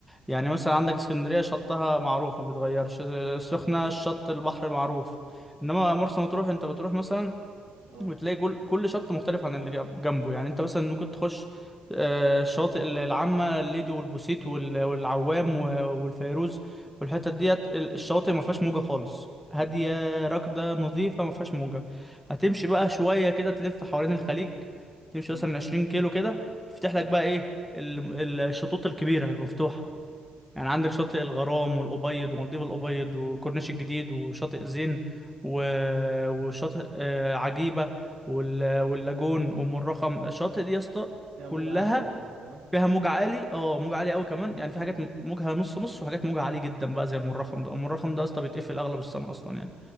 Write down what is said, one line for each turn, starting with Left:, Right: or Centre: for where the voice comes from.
Centre: يعني مثلا عندك اسكندريه شطها معروف ما بيتغيرش السخنه الشط البحر معروف انما مرسى مطروح انت بتروح مثلا
Right: اه
Centre: وتلاقي كل كل شط مختلف عن اللي جنب- جنبه يعني انت مثلا ممكن تخش آه، الشواطئ ال- العامة الليدو والبوسيت وال- والعوام و- والفيروز والحتت ديت ال- الشواطئ ما فيهاش موجة خالص
Right: حلو
Centre: هادية راكدة نظيفة ما فيهاش موجة هتمشي بقى شوية كده تلف حوالين الخليج تمشي
Right: امم
Centre: مثلا 20 كيلو كده تفتح
Right: اه
Centre: لك بقى ايه ال- ال- الشطوط الكبيرة المفتوحة يعني عندك شاطئ الغرام والأبيض ومالديف الأبيض وكورنيش الجديد وشاطئ زين و... وشاطئ آه، عجيبة وال... واللاجون وأم الرخم الشاطئ دي يا اسطى
Right: فيها
Centre: كلها
Right: موجة عالية دي صح
Centre: فيها موج عالي اه موج عالي قوي كمان يعني في حاجات موجها نص نص وحاجات موجها عالي جدا بقى زي أم الرخم ده أم الرخم ده يا اسطى بيتقفل أغلب السنة أصلا يعني